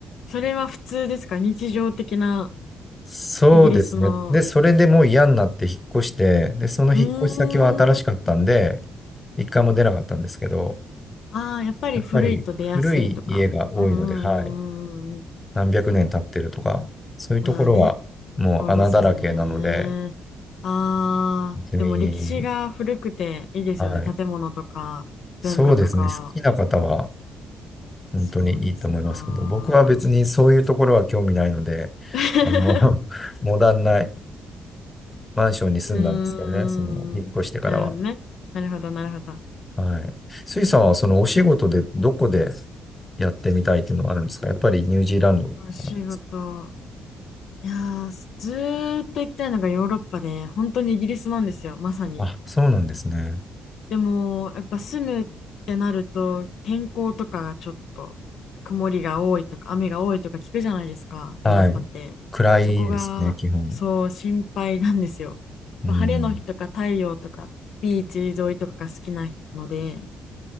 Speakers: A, on the left; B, on the left.
A: それは普通ですか日常的な
B: そうですね。
A: イギリスの。
B: で、それでもう嫌になって引っ越して、で、その引っ越し先は新しかったんで、
A: うーん。
B: 一回も出なかったんですけど、
A: ああ、やっぱり古いと出やすいとか。
B: やっぱり古い家が多いので、
A: うんうんうんうんうん。
B: はい。何百年経ってるとか、そういうところはもう穴だらけなので、
A: まあね、そうですよね。ああ、
B: 別に、
A: でも歴史が古くていいですよね。
B: はい。
A: 建物とか文化とか。
B: そうですね。好きな方は本当にいいと思いますけど、
A: そうですか。
B: 僕は別にそういうところは興味ないので、
A: <laughs>
B: あの、<laughs> モダンなマンションに住んだんですけどね、
A: うーん。
B: その、引っ越してからは。
A: なるほどね。なるほど、なるほど。
B: はい。スイさんはそのお仕事でどこでやってみたいっていうのはあるんですかやっぱりニュージーランドとかなんですか
A: お仕事。いやー、ずーっと行きたいのがヨーロッパで、本当にイギリスなんですよ、まさに。
B: あ、そうなんですね。
A: でも、やっぱ住むってなると、天候とかがちょっと、曇りが多いとか、雨が多いとか聞くじゃないですか、
B: はい。
A: ヨーロッパって。
B: 暗いですね、
A: そこが、
B: 基本。
A: そう、心配なんですよ。やっぱ晴れの日とか太陽とか、
B: うん。
A: ビーチ沿いとかが好きなので、